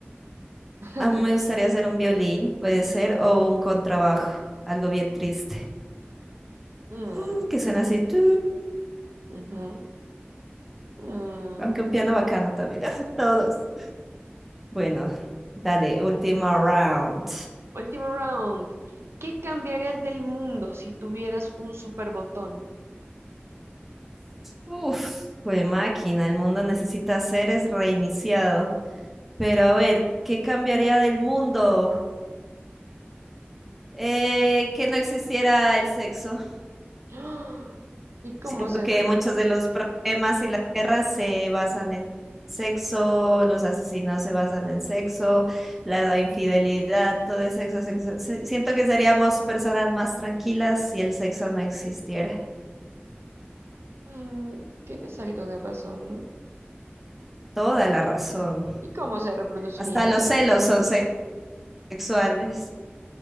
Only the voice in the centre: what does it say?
A mí me gustaría ser un violín, puede ser, o un contrabajo, algo bien triste,
Mm, que suena así, tu,
aunque un piano bacano también. <laughs> Todos. Bueno, dale, última round.
Uf, fue máquina, el mundo necesita seres reiniciado. Pero a ver, ¿qué cambiaría del mundo? Eh, que no existiera el sexo. <laughs>
Siento
que
muchos de los problemas y las guerras se basan en sexo, los asesinos se basan en sexo, la infidelidad, todo es sexo, sexo. Si- Siento que seríamos personas más tranquilas si el sexo no existiera.
Toda la razón.
Hasta los celos son se- sexuales.